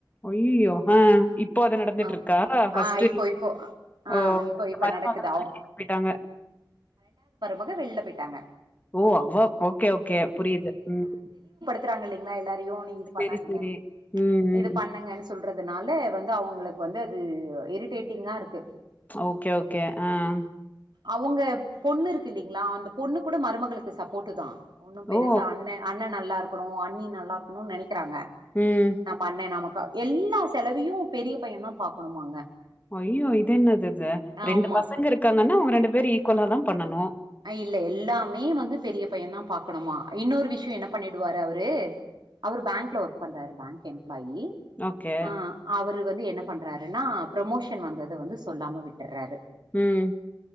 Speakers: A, on the left; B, on the right.
A: ஐயியோ ஆஹ் இப்போ அத நடந்துட்ருக்கா
B: ஆ
A: ஃபர்ஸ்ட்
B: ஆ இப்போ இப்போ ஆ
A: <inaudible> ஓ
B: இப்போ இப்ப
A: மருமகள
B: நடக்குது அவ்
A: வெளியனுப்பிட்டாங்க
B: மக வெளில போயிட்டாங்க
A: ஓ அவ ஓகே ஓகே புரியுது ம்
B: துருறாங்க இல்லலைங்களா எல்லாரு ஐயோ நீங்க இது
A: சரி,
B: பண்ணாதீங்க
A: சரி. ம், ம்.
B: இது பண்ணுங்கன்னு சொல்ல துறதுனால வந்து அவங் களுக்கு வந்து அது இரிட்டேட்டிங்கா இருக்கு
A: ஓகே ஓகே ஆஹ்
B: அவங்க பொண்ணு இருக்கில்லலைங்களா அந்த பொண்ணு கூட மருமகளுக்கு சப்போட்டு தா ஒண்ணு பெருசா
A: ஓ!
B: அண்ணே அண்ண நல்லா இருக்கணும் அண்ணி நல்லாக்குனும்னு நினைக்க க்கறாங்க
A: ம்.
B: நம்ம அண்ணனை நமக்கு எல்லா செலவையும் பெரிய பையன் தான் பாக்கணுமாங்க
A: ஐயோ இது என்னது இது
B: ஆமா
A: ரெண்டு பசங்க இருக்காங்கன்னா அவங்க ரெண்டு பேரும் ஈக்குவலா தான் பண்ணனும்
B: இல்ல எல்லாமே வந்து பெரிய பையன் தான் பாக்கணுமா இன்னொரு விஷயம் என்ன பண்ணிடுவாரு அவரு அவர் பேங்க்ல ஒர்க் பண்றாரு பேங்க் எம் ஆயி
A: ஓகே.
B: ஆ அவரு வந்து என்ன பண்ண ட்ராருன்னா ப்ரமோஷன் வந்தத வந்து சொல்லாம விட்டறாரு
A: ம்